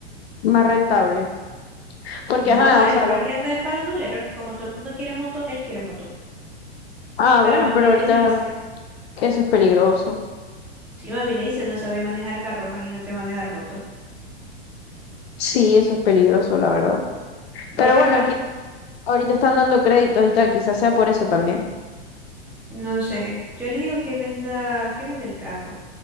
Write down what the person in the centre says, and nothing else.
no,
él
por
qué anda de farandulero, como todo el mundo quiere moto, él quiere moto.
Pero
mami
le dice.
Sí, mami le dice, no sabe manejar carro, imagínate manejar moto.
¿Vos
te
acuerdas?
No sé, yo le digo que venda, que venda el carro.